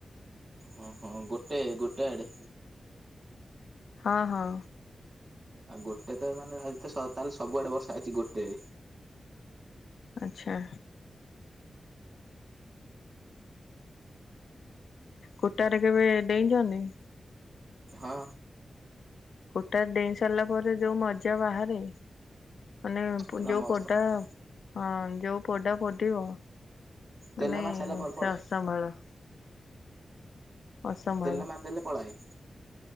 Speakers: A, on the right; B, on the left.
A: ହଁ ହଁ! ଗୋଟେ ଗୋଟେ ଆଡେ?
B: ହଁ ହଁ!
A: ଆଉ ଗୋଟେ ତ ମାନେ! ଆଜି ତ ତାହେଲେ ସବୁଆଡ଼େ ବର୍ଷା ହେଇଛି ଗୋଟେରେ!
B: ଆଚ୍ଛା! କୁଟା ରେ! କେବେ ଡେଇଛନ୍ତି?
A: ହଁ!
B: କୁଟା ରେ! ଡେଇଁ ସାରିଲା ପରେ ଯୋଉ ମଜା ବାହାରେ! ମାନେ?
A: ପୁରା
B: ଯୋଉ
A: ମସ୍ତ
B: ପୋଡ଼ା
A: ମଜା
B: ହଁ ଯୋଉ ପୋଡ଼ା ପଡିବ?
A: ତେଲ
B: ମାନେ!
A: ମାରି ସାରିଲା ପରେ ପଳାଏ
B: ସେ ଅସମ୍ଭାଳ! ଅସମ୍ଭାଳ
A: ତେଲ ମାରିଦେଲେ! ପଲାଏ!